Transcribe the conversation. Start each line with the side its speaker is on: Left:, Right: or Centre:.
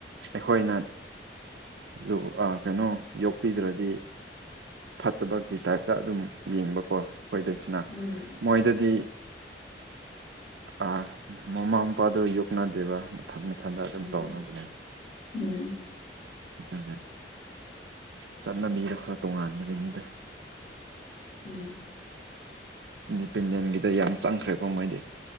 Right: ꯑꯩꯈꯣꯏꯅ <unintelligible> ꯑ‌ ꯀꯩꯅꯣ ꯌꯣꯛꯄꯤꯗ꯭ꯔꯗꯤ ꯐꯠꯇꯕꯒꯤ ꯇꯥꯏꯞꯇ ꯑꯗꯨꯝ ꯌꯦꯡꯕꯀꯣ <unintelligible>
Left: ꯎꯝ
Right: ꯃꯣꯏꯗꯗꯤ ꯑꯥ ꯃꯃꯥ ꯃꯄꯥꯥꯗꫭ ꯌꯣꯛꯅꯗꯦꯕ ꯃꯊꯟ‌ ꯃꯊꯟꯗ ꯑꯗꯨꯝ
Left: ꯎꯝ
Right: ꯇꯧꯅꯕꯅꯦ
Left: ꯎꯝ
Right: ꯑꯗꯨꯒꯤ ꯆꯠꯅꯕꯤꯗꯣ ꯈꯔ ꯇꯣꯉꯥꯟꯕꯒꯤꯅꯤꯗ
Left: ꯎꯝ
Right: ꯏꯟꯗꯤꯄꯦꯟꯗꯦꯟꯒꯤꯗ ꯌꯥꯝ ꯆꯪꯈ꯭ꯔꯦꯀꯣ ꯃꯣꯏꯗꯤ